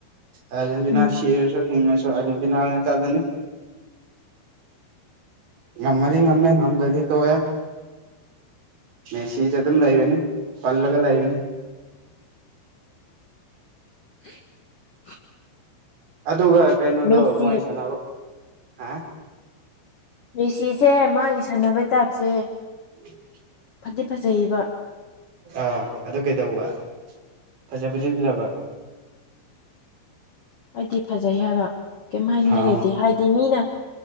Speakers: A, on the right; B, on the left.
A: ꯑꯥꯔꯖꯦꯟꯇꯤꯅꯥ
B: ꯎꯝ
A: ꯁꯤꯒ꯭ꯔꯁꯨ ꯍꯤꯡꯉꯁꯨ ꯑꯔꯖꯦꯟꯇꯤꯅꯥ ꯑꯣꯏꯅ ꯆꯠꯂꯅꯤ ꯉꯝꯃꯗꯤ ꯉꯝꯃꯦ ꯉꯝꯗꯗꯤ ꯇꯣꯛꯑꯦ ꯃꯦꯁꯤꯗ ꯑꯗꯨꯝ ꯂꯩꯔꯅꯤ ꯄꯜꯂꯒ ꯂꯩꯔꯅꯤ
B: ꯑꯟꯑꯣꯗꯤꯕꯜ
A: ꯑꯗꯨꯒ ꯀꯩꯅꯩꯗꯨ
B: ꯃꯦꯁꯤ
A: ꯃꯣꯏ ꯁꯅ ꯍꯥ
B: ꯃꯦꯁꯤꯁꯦ ꯃꯥꯒꯤ ꯁꯥꯟꯅꯕꯩ ꯇꯥꯏꯞꯁꯦ
A: ꯎꯝ
B: ꯐꯗꯤ ꯐꯖꯩꯕ
A: ꯑꯥ ꯑꯗꯨ ꯀꯩꯗꯧꯕ ꯐꯖꯕꯗꯤ ꯐꯖꯕ
B: ꯑꯩꯗꯤ ꯐꯖꯩ ꯍꯥꯏꯕ ꯀꯩꯝ ꯍꯥꯏꯅꯤꯡꯉꯥꯏ
A: ꯑꯥ
B: ꯂꯩꯇꯦ ꯍꯥꯏꯗꯤ ꯃꯤꯅ